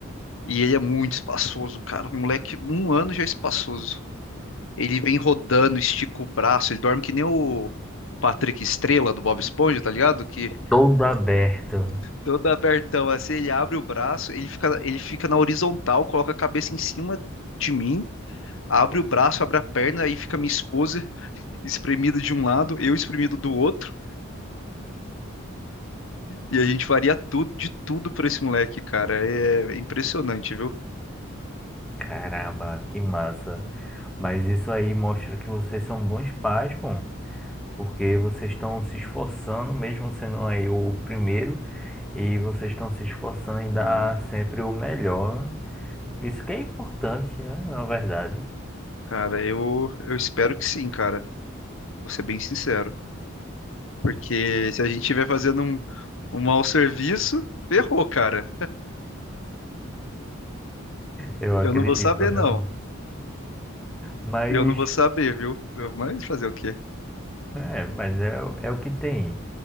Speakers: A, on the left; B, in the centre.
A: E ele é muito espaçoso, cara. O moleque, um ano já é espaçoso. Ele vem rodando, estica o braço, ele dorme que nem o, o Patrick Estrela do Bob Esponja, tá ligado? Que
B: Todo aberto.
A: todo abertão assim, ele abre o braço, ele fica, ele fica na horizontal, coloca a cabeça em cima de mim, abre o braço, abre a perna, aí fica minha esposa espremida de um lado, eu espremido do outro, e a gente faria tudo, de tudo por esse moleque, cara. É é impressionante, viu?
B: Caramba, que massa. Mas isso aí mostra que vocês são bons pais, pô. Porque vocês estão se esforçando, mesmo sendo aí o primeiro, e vocês estão se esforçando em dar
A: Ah,
B: sempre o melhor. Isso que é importante, né? Na verdade.
A: cara, eu, eu espero que sim, cara. Vou ser bem sincero. Porque se a gente estiver fazendo um, um mau serviço, ferrou, cara.
B: Eu
A: Eu
B: acredito,
A: não vou saber,
B: realmente.
A: não.
B: Mas
A: Eu não vou saber, viu? Eu- Mas fazer o quê?
B: É, mas é, é o que tem.